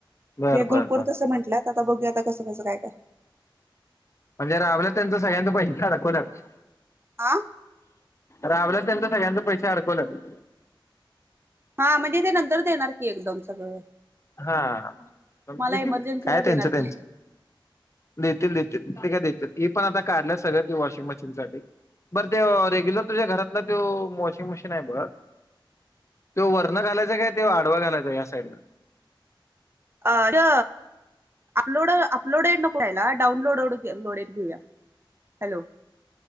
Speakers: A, on the left; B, on the right.
A: बर
B: हे ग्रुप
A: बर
B: वर
A: बर
B: तसं म्हटल्यात आता बघूया आता कसं कसं काय काय
A: म्हणजे राबलं त्यांचा सगळ्यांचा पैसे थंडकूनच
B: आ.
A: रावलं त्यांंत सगळ्यांच पैसे अडकुणाचं
B: हा म्हणजे ते नंतर देणार की एकदम सगळं
A: हा पण
B: तुम्हाला
A: किती
B: इमर्जन्सीला
A: काय
B: देणार
A: त्यांचं त्यांचं
B: की
A: देतील देतील ते काय मी पण आता काढलय सगळ वॉशिंग मशीन साठी बर ते रेग्युलर तुझ्या घरातलं त्यो वॉशिंग मशीन आहे बघ
B: <inaudible>
A: त्यो वर्ण
B: हा
A: घालायचं काय त्यो आडवा घालायचाय साईडन
B: अ ड अपलोड अपलोड नको व्हायला डाउनलोड लोडेड घेऊया. हॅलो